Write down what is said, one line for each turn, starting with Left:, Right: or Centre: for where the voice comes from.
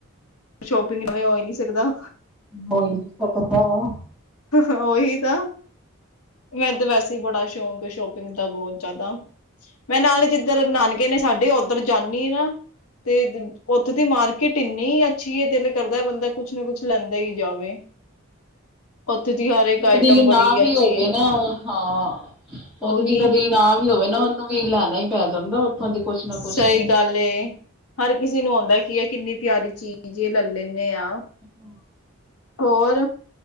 Left: ਸ਼ੋਪਿੰਗ ਨਾ ਹੋਵੇ ਇਹ ਹੋ ਨੀ ਸਕਦਾ
Centre: ਹੋਈ ਪਰ ਕਰਦਾ ਹੈ।
Left: ਉਹੀ ਤਾਂ ਮੈ ਤਾਂ ਵੈਸੇ ਹੀ ਬੜਾ ਸ਼ੌਂਕ ਸ਼ੋਪਿੰਗ ਦਾ ਬਹੁਤ ਜ਼ਿਆਦਾ। ਮੈਂ ਨਾਲ ਹੀ ਜਿੱ ਜਧਰ ਨਾਨਕੇ ਨੇ ਸਾਡੇ ਉਧਰ ਜਾਂਣੀ ਨਾ। ਤੇ ਉੱਥੋਂ ਦੀ ਮਾਰਕੀਟ ਇੰਨੀ ਆ ਅੱਛੀ ਏ, ਦਿਲ ਕਰਦਾ ਬੰਦਾ ਕੁਛ ਨਾ ਕੁਛ ਲੈਂਦਾ ਹੀ ਜਾਵੇ ਉੱਥੇ ਦੀ ਹਰ ਇੱਕ ਆਈਟਮ
Centre: ਦਿਲ
Left: ਬੜੀ
Centre: ਨਾ ਵੀ
Left: ਅੱਛੀ
Centre: ਹੋਵੇ
Left: ਹੈ
Centre: ਨਾ ਹਾਂ ਉਹ
Left: ਉਹੀ
Centre: ਤੇ ਜਿਹਦਾ ਦਿਲ ਨਾ ਵੀ ਹੋਵੇ ਨਾ। ਉਹਨੂੰ ਵੀ ਲੈਣਾ ਹੀ ਪੈ ਜਾਂਦਾ ਉੱਥੋਂ ਦੀ ਕੁਛ ਨਾ ਕੁਛ
Left: ਸਹੀ
Centre: ਤੇ
Left: ਗੱਲ ਏ ਹਰ ਕਿਸੇ ਨੂੰ ਆਉਂਦਾ ਕਿ, ਇਹ ਕਿੰਨੀ ਪਿਆਰੀ ਚੀਜ਼ ਇਹ ਲੈ ਲੈਂਦੇ ਆ
Centre: <unintelligible>
Left: ਹੋਰ